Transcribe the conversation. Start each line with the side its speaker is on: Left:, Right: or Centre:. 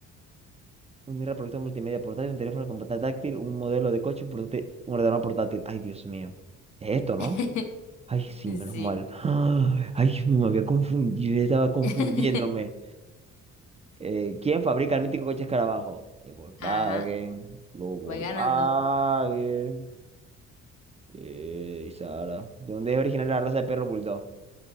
Right: Un reproductor multimedia portátil, un teléfono con pantalla táctil, un modelo de coche, un portátil, un ordenador portátil. Ay, Dios mío. Es esto, ¿no?
Left: <laughs>
Right: Ay, sí,
Left: Y
Right: menos
Left: Sí.
Right: mal. <gasps> Ay, Dios mío, me había confundido. Yo estaba confundiéndome.
Left: <laughs>
Right: Eh, ¿quién fabrica el mítico coche Escarabajo? El Volkswagen.
Left: Ajá.
Right: Los Volkswagen.
Left: Voy ganando.
Right: Eh, Sara. ¿Dónde es original la raza de perro bulldog?